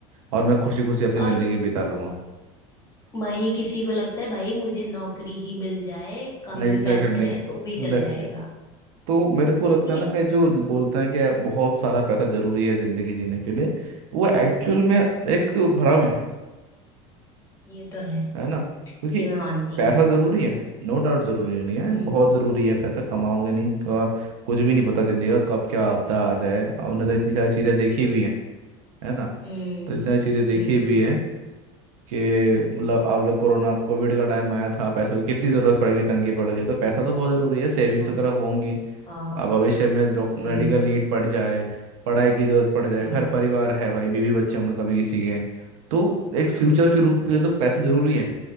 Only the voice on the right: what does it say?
और मैं खुशी खुशी अपनी
जिंदगी बिता लूंगा
Exactly
exactly
तो मेरे को लगता
है ना कि जो बोलते हैं कि बहुत सारा पैसा जरूरी है जिंदगी जीने के लिए वो एक्चुअल
में एक भ्रम है
है ना क्योंकि
पैसा
जरूरी है नो डाउट जरूरी नहीं है
बहुत जरूरी है पैसा कमाओगे नहीं का कुछ भी नहीं पता जिंदगी का कब क्या आपदा आ जाए आपने तो इतनी सारी चीजें देखी भी हैं है ना
तो इतनी सारी चीजें देखी
भी हैं कि
मतलब अब जब कोरोना कोविड का टाइम आया था पैसों की कितनी जरूरत पड़ गई तंगी पड़ गई तो पैसा तो बहुत जरूरी है सेविंग्स
वगैरह होंगी
अब भविष्य में डॉक मेडिकल
नीड पड़ जाए पढ़ाई की जरूरत पड़ जाए
घर परिवार है भाई बीवी बच्चे होंगे कभी किसी के तो एक फ्यूचर
फिर के लिए तो पैसा जरूरी है